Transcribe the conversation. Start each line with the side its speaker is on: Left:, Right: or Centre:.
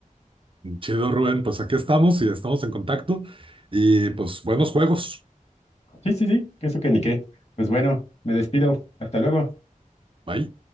Right: Chido, Rubén. Pues aquí estamos y estamos en contacto. Y pues buenos juegos.
Left: Sí, sí, sí, que eso que ni qué. Pues bueno, me despido, hasta luego.
Right: Bye.